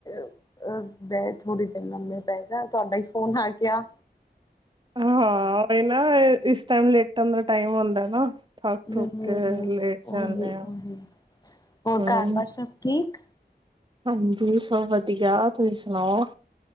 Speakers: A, on the left; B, on the right.
A: ਅਹ ਬਹਿ ਥੋੜ੍ਹੀ ਦੇਰ ਮੰਮੀ ਨਾਲ ਮੇ ਬੈਜਾ ਤੁਹਾਡਾ ਹੀ ਫੋਨ ਆ ਗਿਆ।
B: ਹਾਂ ਓ ਹੀ ਨਾ ਇਸ ਟੈਮ ਲੇਟਨ ਦਾ ਟਾਈਮ ਹੁੰਦਾ ਨਾ ਥੱਕ
A: ਹਮ
B: ਥੁੱਕ ਕੇ ਲੇਟ ਜਾਂਦੇ
A: ਓਹੀ-
B: ਆ
A: ਉਹੀ ਹੋਰ
B: ਹੂੰ
A: ਘਰ ਬਾਸ ਸਭ ਠੀਕ?
B: ਹਾਂਜੀ, ਸਭ ਵਧੀਆ ਤੁਸੀਂ ਸੁਣਾਓ?